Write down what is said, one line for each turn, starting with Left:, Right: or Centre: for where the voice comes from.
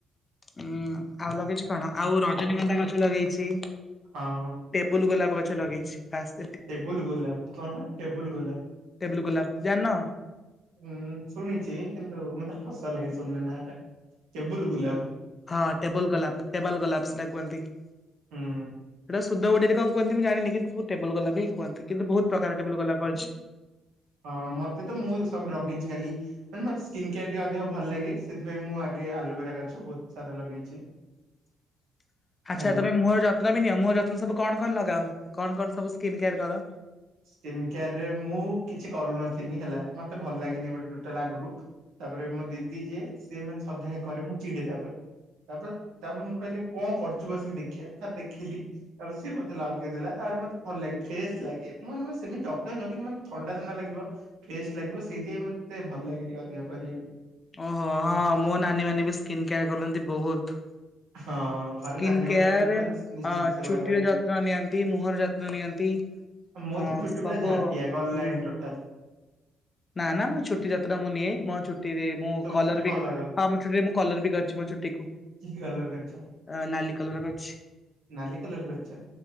Left: ଉଁ ଆଉ ଲଗେଇଛି କଣ, ଆଉ ରଜନୀଗନ୍ଧା ଗଛ ଲଗେଇଛି।
Right: ଆ ହୁ
Left: ଟେବୁଲ ଗୋଲାପ ଗଛ ଲଗେଇଛି ଫାଷ୍ଟ <unintelligible>
Right: ଟେବୁଲ ଗୋଲାପ କଣ? ଟେବୁଲ ଗୋଲାପ!
Left: ଟେବୁଲ ଗୋଲାପ ଜାଣିନ?
Right: ଉଁ ଶୁଣିଛି କିନ୍ତୁ, ମତେ ହସ ଲାଗେ ଶୁଣିଲେ ନାଁ ଟା। କେବୁଲ ଗୁଲାବ!
Left: ହଁ ଟେବୁଲ ଗୋଲାପ ଟେବଲ ଗୋଲାପ ସେଟା କୁହନ୍ତି। ସେଇଟା
Right: ହୁଁ
Left: ସୁଧ ଓଡିଆରେ କଣ କୁହନ୍ତି ମୁଁ ଜାିଣିନି, କିନ୍ତୁ ଟେବୁଲ ଗୋଲାପ ହିଁ କୁହନ୍ତି, କିନ୍ତୁ ବହୁତ ପ୍ରକାର ଟେବୁଲ ଗୋଲାପ ଅଛି।
Right: ହଁ, ମତେ ତ ମୁଁଇ ସବୁ ଲଗେଇଛି ଖାଲି ମାନେ ମୋର ସ୍କିନ୍ କେୟାର ଟିକେ ଅଧିକ ଭଲ ଲାଗେ, ସେଥିପାଇଁ ମୁଁ ଆଗେ ଆଲୋଭେରା ଗଛ ବହୁତ ସାରା ଲଗେଇଛି।
Left: <unintelligible> ଆଚ୍ଛା
Right: ହେଲା।
Left: ତମେ ମୁହଁ ର ଯତ୍ନ ବି ନିଅ, ମୁହଁ ଯତ୍ନ ସବୁ କଣ କଣ ଲଗାଅ? କଣ, କଣ ସବୁ ସ୍କିନ କେୟାର କର?
Right: ସ୍କିନ କେୟାରରେ ମୁଁ କିଛି କରୁନଥିନି ହେଲା, ମତେ ଭଲ ଲାଗିନି ଗୋଟେ ଟୋଟାଲ ଆଗରୁ ତାପରେ ମୋ ଦିଦି ଯିଏ, ସିଏ ମାନେ ସଧାଳେ କରେ ମୁଁ ଚିଡେ ତା ଉପରେ। ତାପରେ, ତାପରେ ମୁଁ କହିଲି କଣ କରୁଛୁ ବସିକି ଦେଖିଆ ତାର ଦେଖିଲି। ତାପରେ ସେ ମତେ ଲଗେଇ ଦେଲା, ତାପରେ ମତେ ଭଲ ଲାଗେ ଫ୍ରେଶ ଲାଗେ। <unintelligible> କିନ୍ତୁ ମାନେ ଥଣ୍ଡା ଥଣ୍ଡା ଲାଗିବ। ଫ୍ରେଶ ଲାଗିବ, ସେଇଥିପାଇଁ ମତେ ଭଲ ଲାଗେ ଟିକେ ଅଧିକ କରିଆକୁ।
Left: ଓହୋ ହଁ ମୋ ନାନୀ ମାନେ ବି ସ୍କିନ୍ କେୟାର କରନ୍ତି ବହୁତ।
Right: ହଁ ଘରେ
Left: ସ୍କିନ୍
Right: ନାନୀ
Left: କେୟାରରେ
Right: ମାନେ ଅଛନ୍ତି ମାନେ ନିଶ୍ଚିତ
Left: ହଁ
Right: ସେଗୁଡା
Left: ଚୁଟିର
Right: କରିବେ।
Left: ଯତ୍ନ ନିଅନ୍ତି, ମୁହଁର ଯତ୍ନ ନିଅନ୍ତି।
Right: ମୁଁ
Left: ହଁ
Right: ତ ଚୁଟି
Left: ସବୁ
Right: ପୁରା ଝାଟିଆ
Left: ହୁଁ!
Right: ଗଲାଣି ଟୋଟାଲ
Left: ନା ନା ମୋ ଛୁଟି ଯତ୍ନ ମୁଁ ନିଏ, ମୋ ଚୁଟିରେ ମୁଁ
Right: ତମେ
Left: କଲର
Right: ଚୁଟି କଣ
Left: ବି କେ,
Right: ଲଗାଅ?
Left: ହଁ ମୋ ଚୁଟିରେ ମୁଁ କଲର ବି କରିଛି ମୋ ଚୁଟି କୁ।
Right: କି କି କଲର କରିଚ?
Left: ଅ ନାଲି କଲର କରିଛି।
Right: ନାଲି କଲର କରିଚ?